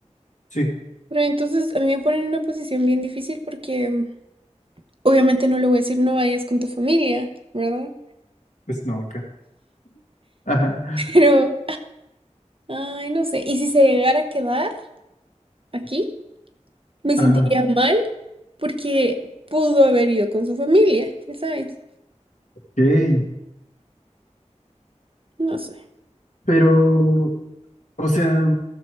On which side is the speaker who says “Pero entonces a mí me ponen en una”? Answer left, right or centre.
Right